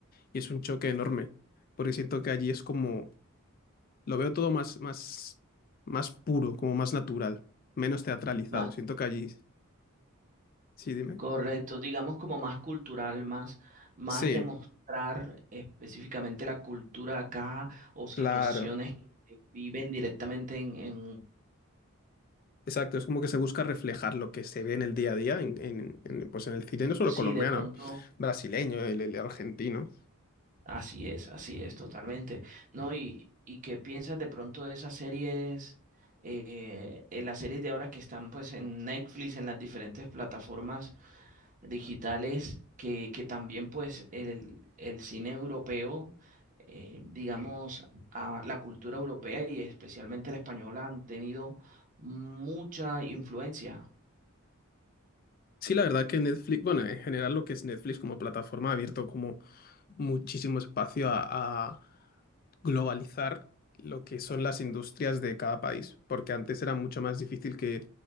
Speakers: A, on the left; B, on the right.
A: Y es un choque enorme, porque siento que allí es como lo veo todo más, más, más puro, como más natural, menos teatralizado.
B: Más
A: Siento que allí... Sí, dime.
B: Correcto, digamos como más cultural, más, más
A: Sí,
B: demostrar específicamente la cultura acá o situaciones
A: claro.
B: que se viven directamente en, en...
A: Exacto, es como que se busca reflejar lo que se ve en el día a día, en, en- en, pues en el cine, no solo
B: Sí,
A: colombiano,
B: de pronto,
A: brasileño, el, el argentino.
B: así es, así es, totalmente. ¿No? ¿Y, y qué piensas de pronto de esas series, eh, en las series de ahora que están pues en Netflix, en las diferentes plataformas? digitales que, que también pues el, el cine europeo, eh, digamos, a la cultura europea y especialmente la española han tenido mucha influencia.
A: Sí, la verdad que Netflix, bueno, en general lo que es Netflix como plataforma ha abierto como muchísimo espacio a, a globalizar lo que son las industrias de cada país, porque antes era mucho más difícil que